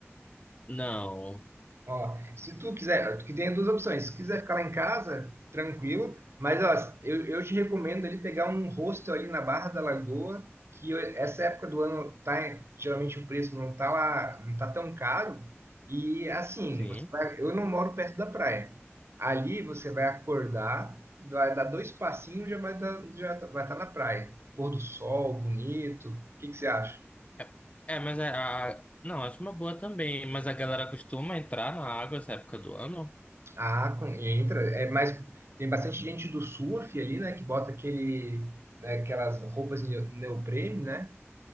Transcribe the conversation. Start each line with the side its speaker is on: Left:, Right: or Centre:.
Left: Não,
Right: Ó, se tu quiser, que tem duas opções. Se quiser ficar lá em casa, tranquilo, mas ó, eu, eu te recomendo ali pegar um hostel ali na Barra da Lagoa, que eu- essa época do ano tá, em- geralmente o preço não tá lá, não tá tão caro. E assim,
Left: sim.
Right: você vai, eu não moro perto da praia. Ali você vai acordar, vai dar dois passinhos, já vai dar, já tá- vai estar na praia. Pôr do sol, bonito. O que que você acha?
Left: É, é, mas a, a- Não, acho uma boa também. Mas a galera costuma entrar na água essa época do ano?
Right: Ah, com- e entra. É mais, tem bastante gente do surf ali, né? Que bota aquele, né, aquelas roupas ne- neoprene, né?